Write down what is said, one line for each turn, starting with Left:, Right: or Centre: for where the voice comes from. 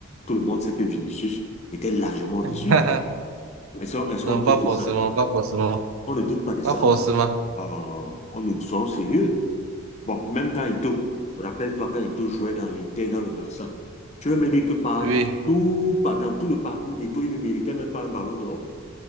Left: Tout le monde sait que Vinicius était largement
Right: <laughs>
Left: déçu. Est-ce est-ce
Right: Non,
Left: qu'on doute
Right: pas forcément,
Left: de ça?
Right: pas forcément.
Left: On ne doute pas de
Right: Pas
Left: ça.
Right: forcément,
Left: Euh, on est, soyons sérieux. Bon, même quand Ito, rappelle-toi quand Ito jouait dans l'Inter, dans le Barça, tu veux me dire que par,
Right: oui.
Left: dans tout, par- dans tout le parcours d'Ito, il ne méritait même pas un ballon d'or?